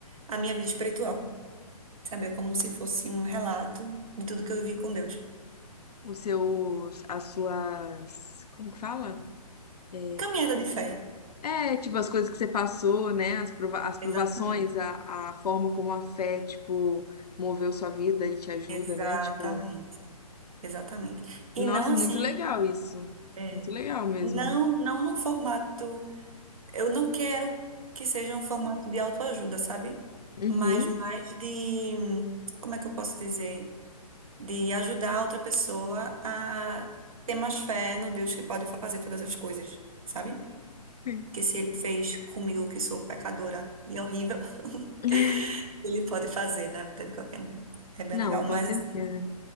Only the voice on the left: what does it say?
Os seus, as suas, como que fala? É,
É, tipo, as coisas que você passou, né? As, prova as provações,
a, a forma como a fé, tipo, moveu sua vida e te ajuda,
né? Tipo,
nossa,
muito
legal isso.
Muito legal mesmo.
Uhum.
<laughs>
Sim.
Não,
com certeza.